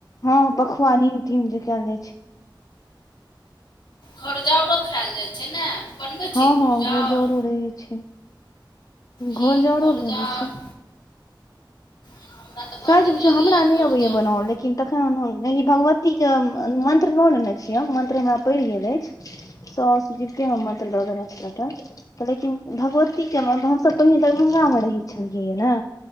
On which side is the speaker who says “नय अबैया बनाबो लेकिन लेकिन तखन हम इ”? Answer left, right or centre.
Left